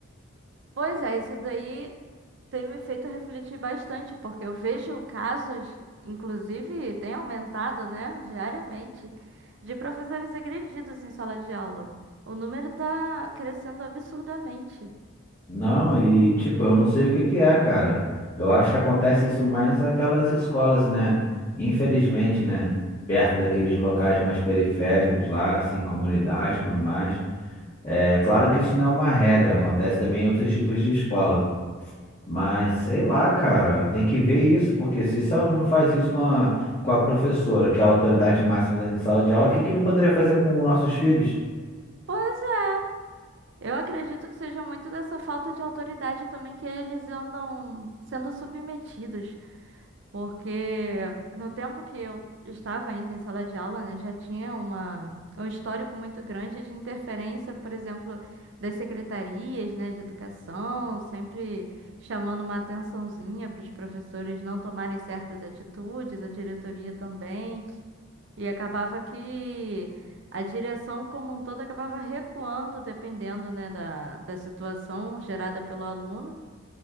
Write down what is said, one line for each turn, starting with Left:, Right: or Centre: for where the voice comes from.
Right: Pois é, isso daí tem me feito refletir bastante, porque eu vejo casos, inclusive tem aumentado, né, diariamente, de professores agredidos em sala de aula. O número está crescendo absurdamente.
Left: Não, e tipo, eu não sei o que que é, cara. Eu acho que acontece isso mais naquelas escolas, né? Infelizmente, né? Perto daqueles locais mais periféricos lá, assim, comunidades e tudo mais. É claro que isso não é uma regra, acontece também em outros tipos de escola. Mas sei lá, cara, tem que ver isso, porque se esse aluno faz isso com a, com a professora, que é a autoridade máxima dentro de sala de aula, o que que não poderia fazer com os nossos filhos?
Right: Pois é, eu acredito que seja muito dessa falta de autoridade também que eles andam sendo submetidos. porque no tempo que eu estava ainda em sala de aula, né, já tinha uma, um histórico muito grande de interferência, por exemplo, das secretarias, né, de educação, sempre chamando uma atençãozinha para os professores não tomarem certas atitudes, a diretoria também. E acabava que a direção como um todo acabava recuando, dependendo, né, da, da situação gerada pelo aluno